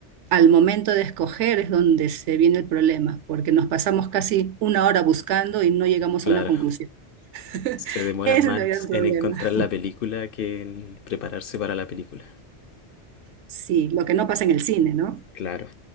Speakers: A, on the right; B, on the left.
A: al momento de escoger es donde se viene el problema, porque nos pasamos casi una hora buscando y no llegamos
B: Claro,
A: a una conclusión. <laughs>
B: se demora
A: Ese
B: más
A: es el gran problema.
B: en encontrar la película que en prepararse para la película.
A: Sí, lo que no pasa en el cine, ¿no?
B: Claro.